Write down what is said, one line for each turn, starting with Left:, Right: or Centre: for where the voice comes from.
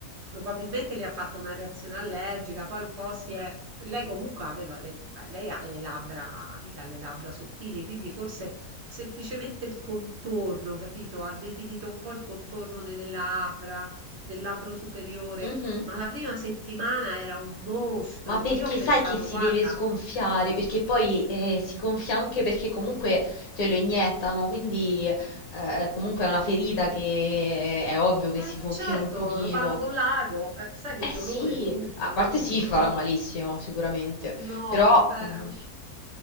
Right: probabilmente le ha fatto una reazione allergica, poi un po' si è... Lei comunque aveva le... eh, Lei ha le labbra, mica le labbra sottili, quindi forse semplicemente il contorno, capito? Ha definito un po' il contorno delle labbra, del labbro superiore.
Left: Mhm.
Right: Ma la prima settimana era un mostro.
Left: Ma perché
Right: Io ho pensato,
Left: sai che si
Right: guarda,
Left: deve sgonfiare? Perché poi eh, si gonfia anche perché comunque te lo iniettano, quindi eh, comunque è una ferita che è ovvio che
Right: eh,
Left: si gonfino
Right: certo,
Left: un pochino.
Right: lo fanno con l'ago. eh, sai che
Left: Eh
Right: dolore
Left: sì,
Right: comunque,
Left: a parte
Right: aiuto,
Left: sì, farà
Right: no?
Left: malissimo sicuramente,
Right: No,
Left: però,
Right: vabbè.
Left: mm,
Right: oddio.